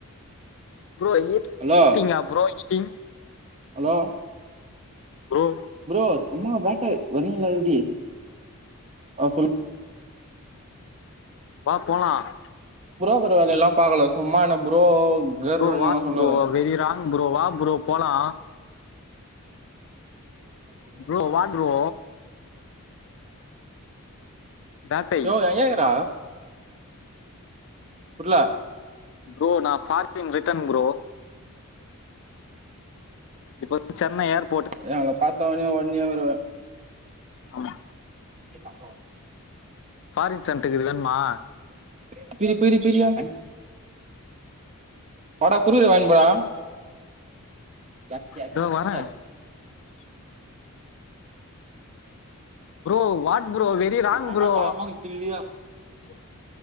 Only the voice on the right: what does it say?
ஹலோ
ஹலோ
புரோஸ் செம வேட்டா வரலா எப்படி ஆஹ் சொல்
தூங்குற வேலை எல்லாம் பாக்கலா சும்மா என்ன ப்ரோ கர்ன்னு
சொல்லாத
ப்ரோ எங்க இருக்குற புர்ல
எங்கள பாத்த ஒடனே ஒடனே வருவ
எங்க அக்கா
பெ பிரி பிரி பிரியா வாடா குருவி வாங்கிபோடா <unintelligible>
அம்மா
காரணமா கில்லியா